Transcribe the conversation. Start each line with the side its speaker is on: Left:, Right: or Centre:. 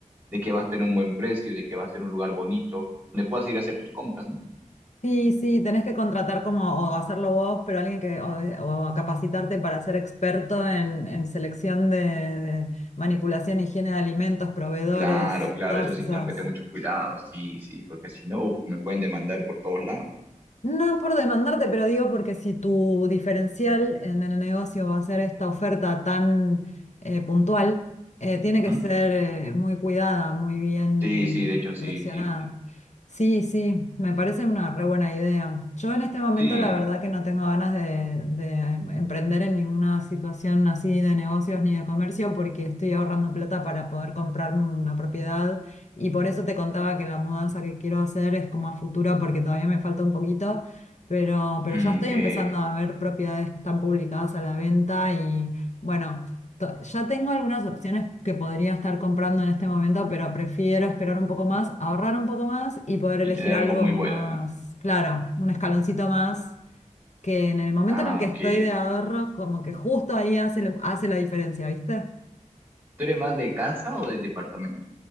Right: de que va a tener un buen precio, de que va a ser un lugar bonito, donde puedas ir a hacer tus compras, ¿no?
Left: Sí, sí, tenés que contratar como o hacerlo vos, pero alguien que o, de- o capacitarte para ser experto en, en selección de, de manipulación, higiene de alimentos, proveedores,
Right: Claro, claro,
Left: todas
Right: eso sí
Left: esas.
Right: tengo que tener mucho cuidado, sí, sí, porque si no, uf, me pueden demandar por todos lados.
Left: No por demandarte, pero digo porque si tu diferencial en el negocio va a ser esta oferta tan eh, puntual, eh, tiene
Right: Ujú.
Left: que ser eh, muy cuidada, muy bien
Right: Sí, sí, de hecho, sí,
Left: seleccionada.
Right: sí, sí,
Left: Sí, sí, me parece una re buena idea. Yo en este momento
Right: sí,
Left: la verdad que no tengo ganas de, de emprender en ninguna situación así de negocios ni de comercio porque estoy ahorrando plata para poder comprarme una propiedad y por eso te contaba que la mudanza que quiero hacer es como a futuro porque todavía me falta un poquito, pero, pero
Right: Mm,
Left: ya estoy
Right: ok,
Left: empezando
Right: ok.
Left: a ver propiedades que están publicadas a la venta y bueno, to- ya tengo algunas opciones que podría estar comprando en este momento, pero prefiero esperar un poco más, ahorrar un poco más y poder
Right: y
Left: elegir
Right: tener
Left: algo
Right: algo muy
Left: más,
Right: bueno, ¿no?
Left: claro, un escaloncito más, que en el momento
Right: Ah,
Left: en el que
Right: ok.
Left: estoy de ahorros, como que justo ahí hace, hace la diferencia, ¿viste?
Right: ¿Tú eres más de casa o de departamento?